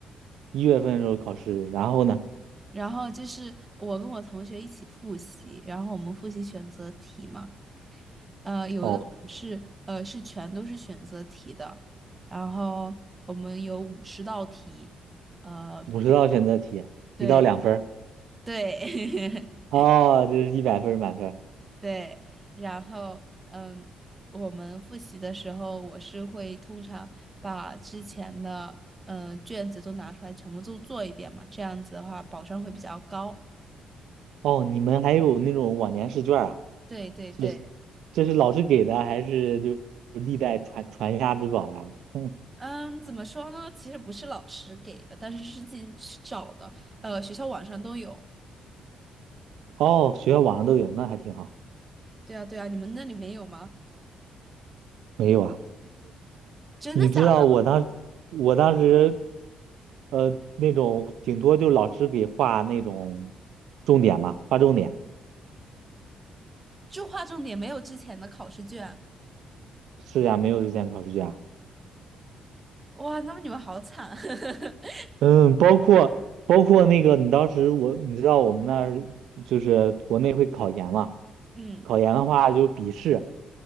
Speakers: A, on the right; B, on the right.
A: 一月份的时候考试，然后呢？
B: 然后就是我跟我同学一起复习，然后我们复习选择题嘛，呃，有的是呃是全都是选择题的，
A: 哦，
B: 然后我们有五十道题，呃，
A: 五十道选择题，
B: 对
A: 一到两分儿，
B: 对。<laughs>
A: 哦，这是一百分儿满分儿
B: 对，然后嗯，我们复习的时候，我是会通常把之前的嗯卷子都拿出来，全部都做一遍嘛，这样子的话保障会比较高。
A: 哦，你们还有那种往年试卷儿啊？
B: 对对对，
A: 是，这是老师给的，还是就历代传传家之宝呀？<laughs> 嗯
B: 嗯，怎么说呢？其实不是老师给的，但是是自己去找的，呃，学校网上都有。
A: 哦，学校网上都有，那还挺好。
B: 对啊对啊，你们那里没有吗？
A: 没有啊？
B: 真的假的？
A: 你知道我当，我当时，呃，那种顶多就老师给画那种重点嘛，画重点。
B: 就划重点，没有之前的考试卷。
A: 是呀，没有日间考试卷啊
B: 哇，那么你们好惨。<laughs>
A: 嗯，包括包括那个，你当时我你知道我们那儿就是国内会考研嘛，
B: 嗯
A: 考研的话就是笔试，